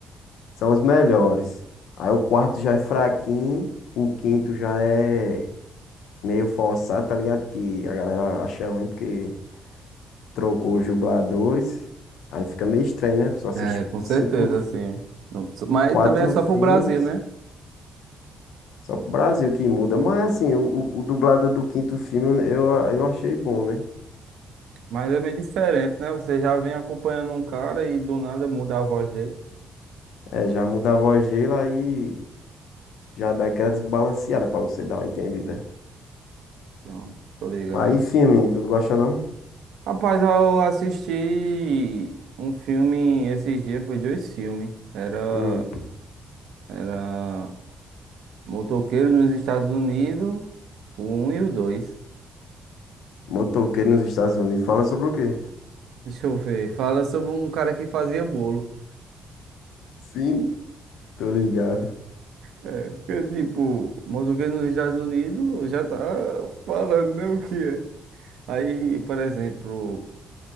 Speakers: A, on the left; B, on the right.
A: são os melhores. Aí o quarto já é fraquinho, o quinto já é meio forçado, tá ligado? Que a galera acha ruim porque trocou os dubladores. Aí fica meio estranho, né? A pessoa assiste
B: É, com certeza,
A: cinco,
B: sim. Não, so- Mas
A: quatro
B: também é só
A: filmes
B: pro Brasil, né?
A: só pro Brasil que muda. Mas assim, o, o, o dublado do quinto filme eu, eu achei bom, né?
B: Mas é meio diferente, né? Você já vem acompanhando um cara e do nada muda a voz dele.
A: É, já muda a voz dele, aí já dá aquela desbalanceada pra você dar uma entendida.
B: Pronto, tô ligado.
A: Mas e filme, tu não gosta não?
B: Rapaz, eu assisti um filme esses dias, foi dois filmes. Era,
A: Hum,
B: era Motoqueiro nos Estados Unidos, o um e o dois
A: motoqueiro nos Estados Unidos fala sobre o quê?
B: Deixa eu ver. Fala sobre um cara que fazia bolo.
A: Sim, tô ligado.
B: É, porque, tipo, Motoqueiro nos Estados Unidos já tá falando, né, o que é. Aí, por exemplo,